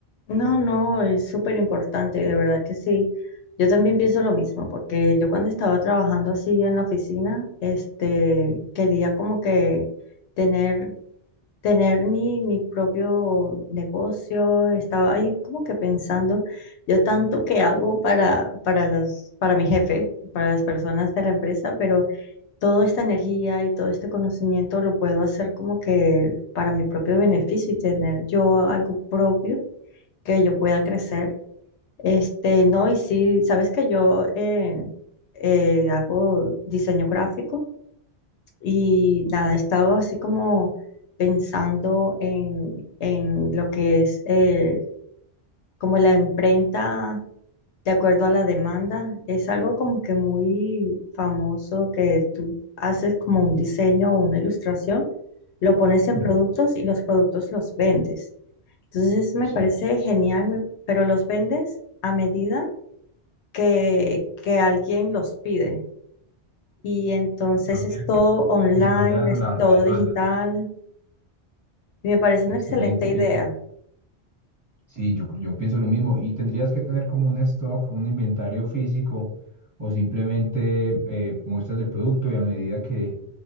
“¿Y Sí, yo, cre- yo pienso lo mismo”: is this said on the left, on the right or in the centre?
Right